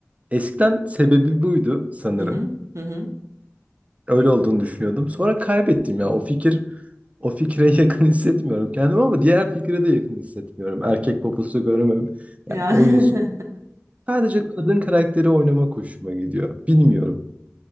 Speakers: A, on the right; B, on the right.
A: eskiden sebebi buydu sanırım.
B: hı hı. hı.
A: Öyle olduğunu düşünüyordum. Sonra kaybettim ya. O fikir o fikre <laughs> yakın hissetmiyorum kendimi ama diğer fikre de yakın hissetmiyorum. Erkek poposu görmem
B: Yani
A: Yani oyunsu.
B: <laughs>
A: Sadece kadın karakteri oynamak hoşuma gidiyor. Bilmiyorum.